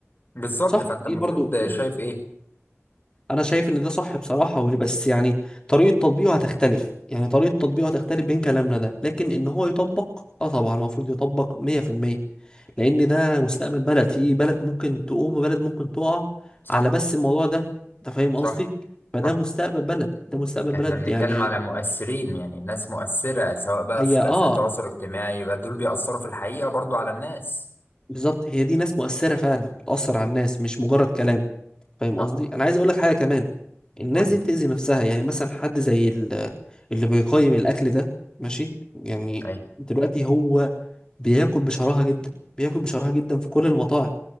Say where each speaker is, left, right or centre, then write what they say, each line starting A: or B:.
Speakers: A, on the left (about 45°); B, on the left (about 15°).
A: بالظبط
B: صح
A: فانت المفروض
B: ايه برضه
A: شايف ايه
B: انا شايف ان ده صح بصراحه و- بس يعني طريقه تطبيقه هتختلف يعني طريقه تطبيقه هتختلف بين كلامنا ده لكن ان هو يطبق اه طبعا المفروض يطبق 100% لان ده مستقبل بلد في بلد ممكن تقوم وبلد ممكن تقع
A: صح
B: على بس الموضوع ده انت فاهم
A: صح
B: قصدي فده
A: صح
B: مستقبل بلد ده مستقبل
A: احنا
B: بلد
A: بنتكلم
B: يعني
A: على مؤثرين يعني ناس مؤثرة سواء بقى
B: هي
A: في
B: اه
A: في تواصل اجتماعي يبقى دول بيأثروا في الحقيقة برضو على الناس
B: بالظبط هي دي ناس مؤثره فعلا بتاثر على الناس مش مجرد كلام فاهم
A: صح
B: قصدي انا عايز اقول لك حاجه كمان الناس
A: قول لي
B: دي بتأذي نفسها يعني مثلا حد زي ال- اللي بيقيم الاكل ده ماشي يعني
A: اي
B: دلوقتي هو بياكل بشراهه جدا بياكل بشراهه جدا في كل المطاعم